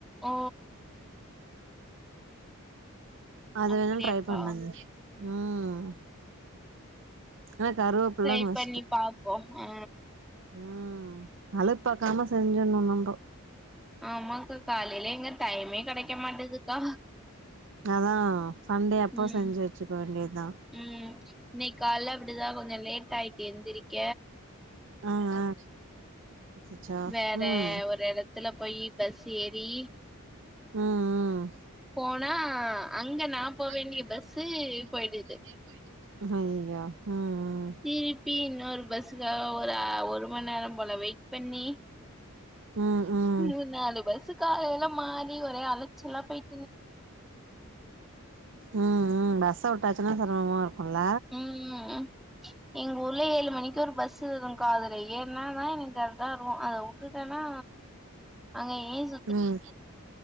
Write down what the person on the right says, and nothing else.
அதுவேணா
ட்ரை பண்ணேங்கே ம் ஆனா கருவேப்பில்ல
மஸ்டு
ஆ அலுப்பாக்காம செஞ்சணு நம்ப
அதா சண்டே அப்போ
செஞ்சு வெச்சுக்க வேண்டியதா
ஆ ஆ அ அச்சா
ம்
ம் ம்
அய்யய்யோ
ம் ம்
ம் ம் ம்
ம் ம் பஸ் விட்டாச்சுன்னா சிரமமா இருக்குல்ல
ம்